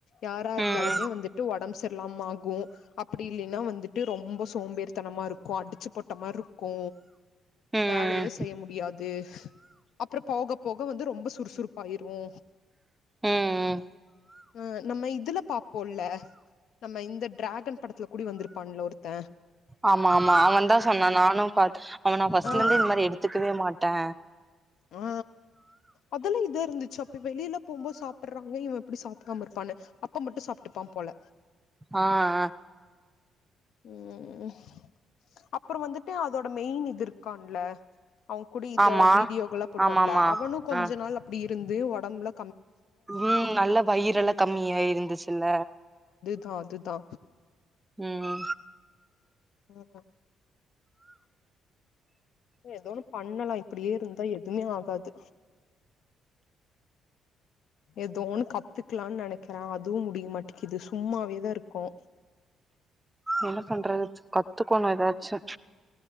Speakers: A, on the left; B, on the right.
A: யாரா இருந்தாலுமே
B: ம்
A: வந்துட்டு ஒடம் பு சரில்லாம ஆகு அப்டி இல்லைன்னா வந்துட் டு ரொம்ப சோம்பேறித்தனமா இருக்கு அடிச்சு போட்ட மாரி இருக்கு
B: ம்
A: வேலையே செய்ய முடியாது அப்புறோ போக போக வந்து ரொம்ப சுறுசு றுப்பாயிருவோ
B: ம்
A: ஆ நம்ம இதுல பாப்போல்ல நம்ம இந்த டிராகன் படத்துல கூடி வந்துரு ப்பான்ல ஒருத்த
B: ஆமா ஆமா அவன்தா சொன்னா நானு பாத் அவ நா ஃபஸ்ட்ல
A: ஆ
B: இருந்தே இந்த மாரி எடுத்துக்கவே மாட்டே
A: ஆ அதெல்லா இதா இருந்துச்சு அப்ப வெளில போகும்போது சாப் படறாங்க இவ எப்டி சாப்டாம இருப்பான்னு அப்ப மட்டு சாப்ட்டுப்பா போல
B: ஆ ஆ
A: ம் ம் அப்புற வந்துட்டு அதோட மெயின் இது இரு க்கான்ல அவ கூடி இத
B: ஆமா
A: வீடியோகல்லா போடுவான்ல
B: ஆமாமா
A: அவனு கொஞ்ச
B: ஆ
A: நாள் அப்டி இருந்து ஒடம்பல்லா
B: ம் நல்லா வயிறெல்லா கம்மியாயி இருந்துச்சுல்ல
A: தா அதுதா
B: ம்
A: ஆமா எதோன்னு பண்ணலா இப்டியே இருந்தா எதுமே ஆகாது. ஏதோ ஒன்னு கத்துக்கலான்னு நெனைக்கிறே அதுவு முடிய மாட்டேங்கிது சும்மாவேதா இருக்கோ.
B: என்ன பண்றது கத்துக் கோனு எதாச்சு